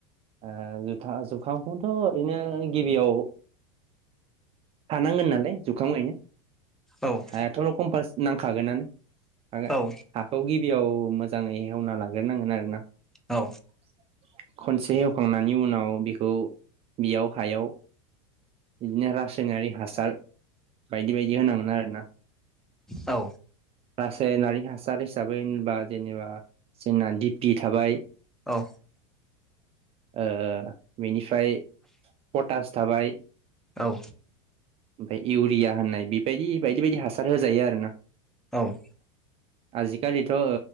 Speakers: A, on the right (about 35°); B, in the centre.
A: ओ जुथा जुखामखौथ ओरैनो गिबियाव हानांगोन नालाय जुखाम गायनो।
B: औ
A: हाया थ रखमफास नांखागोनानो। आंडों
B: औ
A: हाखौ गिबियाव मोस मोजाङै एवना लाग्रनांगोन आरो ना।
B: औ
A: <inaudible> खनसे एव होखांनायनि उनाव बिखौ बियाव हायाव बिदिनो रासायनारि हासार। बायदि-बायदि होनांगोन आरो ना
B: औ
A: रासायनारि हासार हिसाबै होनबा जेनेबा जोंना दिपि थाबाय।
B: औ
A: ओ मिनि फ्राय पथास थाबाय
B: औ
A: ओमफफ्राय इउरिया होननाय बेबायदि बायदि-बायदि हासार होजायो आरो ना।
B: औ।
A: आजिखालिथ ओ